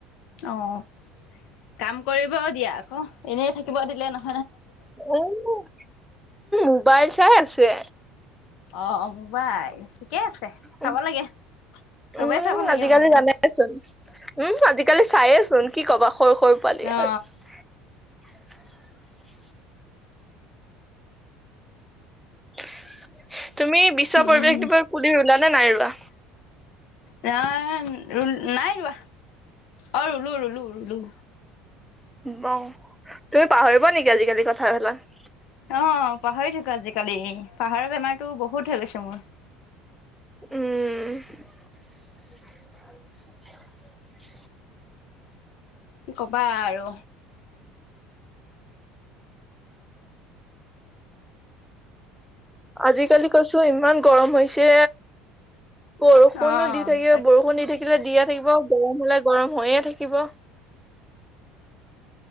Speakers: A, on the left (about 65°); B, in the centre.
A: অঁ। <inaudible> কাম কৰিব দিয়া আকৌ। এনেই থাকিব দিলে ন
B: এই, উম। মবাইল চাই আছে।
A: অ'-অ', মোবাইল ঠিকে আছে।
B: উ,
A: চাব লাগে চবেই
B: উম',
A: চাব লাগে
B: আজিকালি
A: মোবাইল
B: জানেচোন উম আজ। কালি চায়েচোন কি ক'বা সৰু খৰু পালি
A: অ
B: আৰু <unintelligible> <unintelligible> তুমি বিশ্ব
A: উম
B: পৰিৱেশ দিব কুুলিি ওলানে নাই ৰোৱা?
A: এ নাই ৰোৱা, অ, ৰুলো ৰুলো ৰুলো।
B: ব তুমি পাহৰিবা নেকি আজিকালি কথাাবেলাক।
A: অ। পাহৰি থাকো আজিকালি পাহাৰত বেমাৰতো বহুত হৈ গৈছে মোৰ।
B: উম।
A: কি কবা আৰু
B: আজিকালি কৈছো ইমান গৰম হৈছে। বৰষুণো
A: অ
B: দি থাকে,
A: তাক
B: বৰষুণ দি থাকে। কিতেদিয়া থাকিব গৰম হলে গৰম হৈয়ে থাকিব।